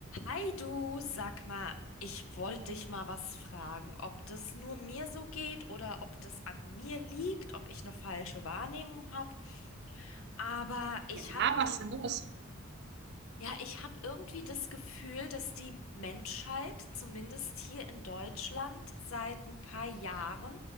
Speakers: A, on the left; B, on the right.
A: Hi du, sag mal, ich wollte dich mal was fragen, ob das nur mir so geht oder ob das an mir liegt, ob ich eine falsche Wahrnehmung habe. Aber ich
B: Ja,
A: habe
B: was
A: ir
B: ist denn los?
A: ja, ich habe irgendwie das Gefühl, dass die Menschheit, zumindest hier in Deutschland, seit ein paar Jahren,